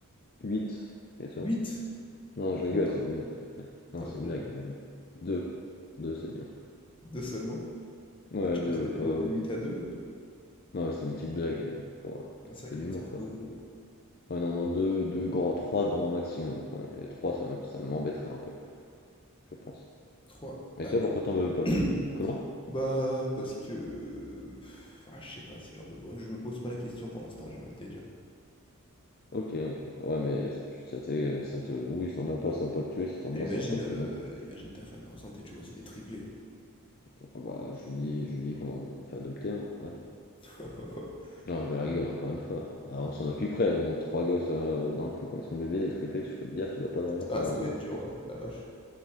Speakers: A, on the left; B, on the left.
A: 8. Et toi?
B: huit
A: Non, je rigole,
B: Attends,
A: c'est une blague, c'est une blague. Non,
B: t'en
A: c'est
B: veux combien?
A: une blague. euh, deux. Deux, c'est bien.
B: deux seulement?
A: Ouais,
B: Bah, tu
A: deux,
B: passes de, 2
A: pas.
B: de 8 à deux euh,
A: Non, c'est une petite blague euh, pour, euh, pour
B: un sac
A: un peu
B: 8,
A: d'humour,
B: ça fait
A: quoi.
B: beaucoup. hein.
A: Ouais, non, non, deux, deux grands, trois grands maximum, quoi. Mais trois, ça me, ça m'embêterait un peu, je pense.
B: trois
A: Mais
B: Ah,
A: toi, pourquoi t'en veux
B: mais...
A: pas?
B: <clears throat>
A: Comment?
B: bah, parce que... Ah, je sais pas si j'en peux... Bon, je me pose pas la question pour l'instant, j'ai envie de te dire.
A: Ok, ok. Ouais, mais tu, ça, t'est- ça te. Oui, si t'en as pas, ça va pas te tuer. Si t'en
B: Imagine,
A: as, ça va pas te
B: euh,
A: tuer non plus.
B: imagine ta femme est enceinte et tu vois, c'est des triplés.
A: Ah Bah, je lui dis, je lui dis qu'on en fait adopter, hein, voilà.
B: <laughs>
A: Non, je rigole, encore une fois. Ah, on s'en occuperait, bon, trois gosses euh, d'un coup quand ils sont bébés, des triplés, je peux te dire, tu dois pas dormir
B: Ah,
A: pendant.
B: ça doit être dur,
A: Tu
B: ouais, la vache.